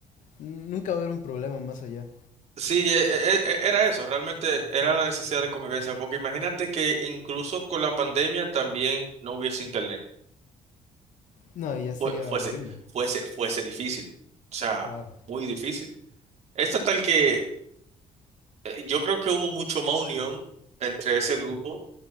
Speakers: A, on the left (about 70°); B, on the right (about 55°).
A: n- nunca va a haber un problema más allá.
B: Sí, e- e- e- era eso, realmente era la necesidad de convivencia, porque imagínate que incluso con la pandemia también no hubiese internet.
A: No, y ya sería
B: Fue- fuese,
A: horrible,
B: fuese, fuese difícil. O sea,
A: claro.
B: muy difícil. Es tan tal que eh, yo creo que hubo mucho más unión entre ese grupo,